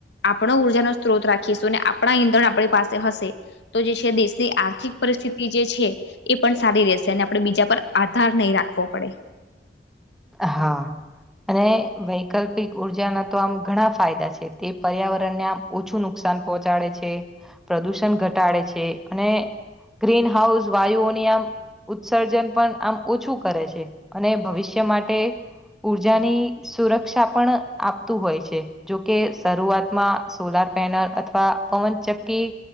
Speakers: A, on the left (about 75°); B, in the centre.
A: આપણો ઉર્જાનોો સ્ત્રોત રાખીશું અને આપણા ઈંધણ આપણી પાસે હશે તો જે છે દેશની આર્થિક પરિસ્થિતિ સ્થિતિ જે છે એ પણ સારી રહેશે અને આપડણે બીજા પર આધાર નહી રાખવો પડે
B: હા અને વૈકલ્પિક ઉર્જાના તો આમ ઘણા ફાયદા છે તે પર્યાવરણને આમ ઓછું નુકસાન નુકસાન પહોંચાડે છે પ્રદુષણ ઘટાડે છે અને ગ્રીન હાઉસ વાયુઓની આમ ઉત્સર્જન પણ આમ ઓછું કરે છે અને ભવિષ્ય ટ માટે ઉર્જાની સુરક્ષા પણ આપતું હોય છે જોકે શરૂઆતમાં સોલાર પેનલ અથવા પવન ચક્કી